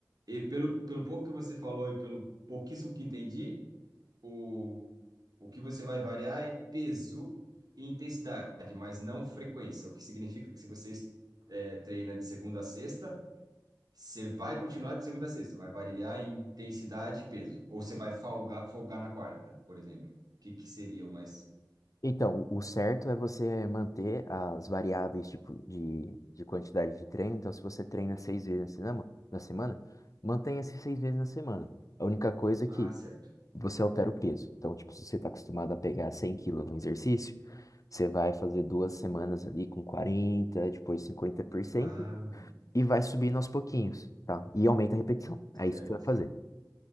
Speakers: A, on the right; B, on the left.
A: e pelo, pelo pouco que você falou e pelo pouquíssimo que entendi, O, o que você vai variar é peso e intensidade, mas não frequência, o que significa que se você é, treina de segunda a sexta, você vai continuar de segunda a sexta, vai variar em intensidade e peso. Ou você vai folgar, folgar na quarta, por exemplo. O que, que seria o mais.
B: Então, o certo é você manter as variáveis tipo de, de quantidade de treino. Então, se você treina seis vezes na semana, na semana, mantenha esses seis vezes na semana. A única coisa é que
A: Ah, certo.
B: você altera o peso. Então, tipo, se você está acostumado a pegar 100 quilos no exercício, você vai fazer duas semanas ali com 40, depois cinquenta por cento
A: Ah,
B: e vai subindo aos pouquinhos, tá? E aumenta a repetição. É
A: certo.
B: isso que você vai fazer.